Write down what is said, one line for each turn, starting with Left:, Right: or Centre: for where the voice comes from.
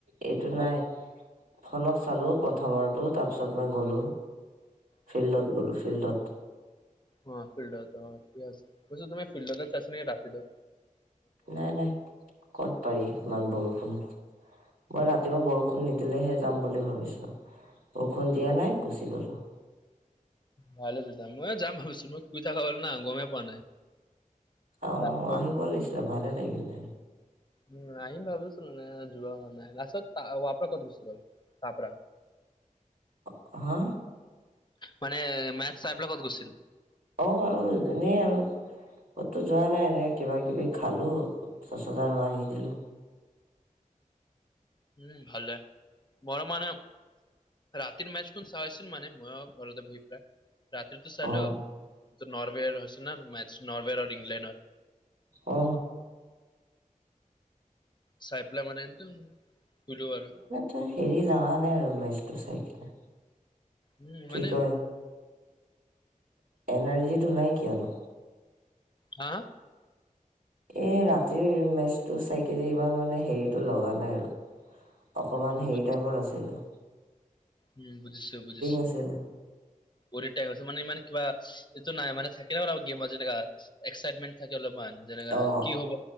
Right: এইটো নাই
Left: <unintelligible>
Right: ফোনত চালো প্ৰথমোতো তাৰপিছত মই গ'লো ফিল্ডত গলো ফিল্ডত
Left: অ ফিল্ডত অ ঠিকে আছে <unintelligible> ফিল্ডত চাইছে নেকি ৰাতিতো
Right: নাই নাই ক'ত পাৰি ইমান বৰষুণত মই ৰাতিপুৱা বৰষুণ নিদিলেহে যাম বুলি ভাবিছোঁ বৰষুণ দিয়া নাই গুচি গ'লোঁ
Left: ভালে বুজিছা ময়ো যাম ভাবিছো মই শুই থাকা হ'ল না গমেই পোৱা নাই
Right: আও
Left: ৰাতিপুৱা
Right: আহিব লাগিছিলে ভালে লাগিলে
Left: উ আহিম ভাবিছিলো নে যোৱা হোৱা নাই <unintelligible>
Right: অ হা
Left: মানে মেথ চাই পেলাই ক'ত গৈছিল?
Right: অঁ আৰু যেনেই আৰু ক'তো যোৱা নাই ন কিবা কিবি খালো তাছত আৰু আহি দিলো।
Left: উম ভালে বৰ মানে ৰাতিৰ মেচ খন চাইছিলো মানে <unintelligible> পাই। ৰাতিতো চালো
Right: অ
Left: নৰৱেৰ হৈছে ন ম নৰৱেৰ আৰু ইংলেণ্ডৰ।
Right: অ
Left: চাই পেলাই মানে এম শুলো আৰু।
Right: তো হেৰি লগা নাই আৰু মেচটো চাই কিনে
Left: উম
Right: কি
Left: মানে
Right: কয় এনাৰ্জিটো নাই কিয়নো?
Left: হা
Right: এ ৰাতিৰ মেচটো চাই কে ইমান মানে হেৰিতটো লগা নাই আৰু
Left: <unintelligible>
Right: অকণমান হেৰি
Left: বুজিছো
Right: টাইপত আছিলোঁ
Left: উম বুজিছো বুজিছো।
Right: আছিলে
Left: <unintelligible> মানে ইমান কিবা এইটো নাই মান থাকে নাৰ গেমত যেনেকা এক্সাইটমেট থাকে অলপমান যেনেক
Right: অ
Left: কি হব